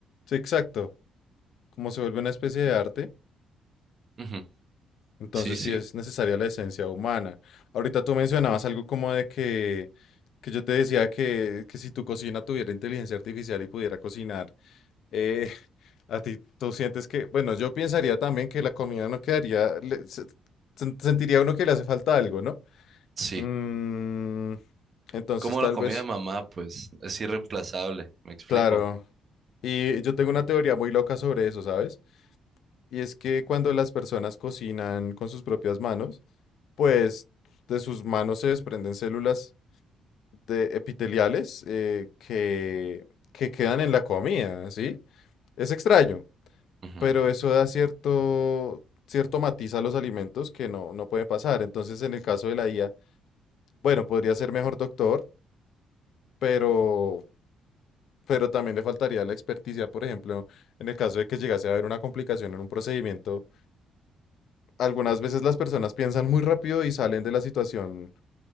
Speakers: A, on the left; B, on the right.
A: sí, exacto. Como se vuelve una especie de arte.
B: Ujú.
A: Entonces
B: Sí, sí,
A: sí es necesaria la esencia humana. Ahorita tú mencionabas algo como de que, que yo te decía que, que si tu cocina tuviera inteligencia artificial y pudiera cocinar, eh, <laughs> a ti tú sientes que, bueno, yo pensaría también que la comida no quedaría, le- se- sen- sentiría uno que le hace falta algo, ¿no?
B: sí.
A: Mm, entonces
B: Como
A: tal
B: la comida
A: vez,
B: de mamá, pues es irreemplazable, me explico.
A: claro. Y yo tengo una teoría muy loca sobre eso, ¿sabes? Y es que cuando las personas cocinan con sus propias manos, pues de sus manos se desprenden células de epiteliales eh, que, que quedan en la comida, ¿sí? Es extraño,
B: Ujú.
A: pero eso da cierto, cierto matiz a los alimentos que no, no puede pasar. Entonces, en el caso de la IA, bueno, podría ser mejor doctor, pero, pero también le faltaría la experticia, por ejemplo, en el caso de que llegase a haber una complicación en un procedimiento. Algunas veces las personas piensan muy rápido y salen de la situación